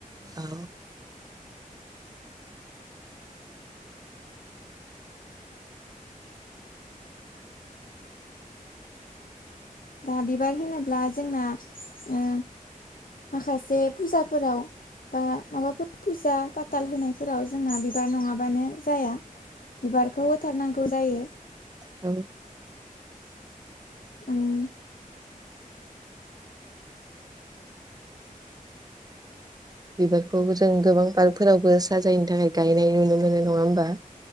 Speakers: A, on the right (about 25°); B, on the left (about 75°).
A: औ
B: दा बिबार होनोब्ला जोंना ओ माखासे फुजाफोराव बा माबाफोर फुजा पाथाल होनायफोराव जोंना बिबार नङाबानो जाया बिबारखौ होथारनां गौ जायो।
A: औ
B: ओम
A: बिबारखौ जों गोबां पार्कफोरावबो साजायनो थाखाय गायनाय नुनो मोनो नङा होमबा।